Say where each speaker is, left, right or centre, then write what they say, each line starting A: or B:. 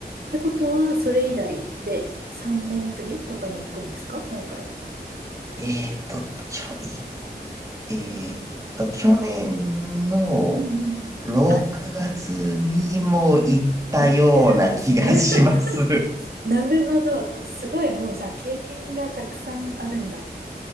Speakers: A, on the right; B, on the right.
A: てことは、それ以来で3年ぶりとかに行くんですか今回。
B: えーっと、きょ、いえーっと、
A: うん
B: 去年の
A: うんうんうんうん。
B: 6月にも行ったような気がします。
A: あ、行ってるんですね。<laughs> なるほど。あ、すごい、もうじゃあ経験がたくさんあるんだ。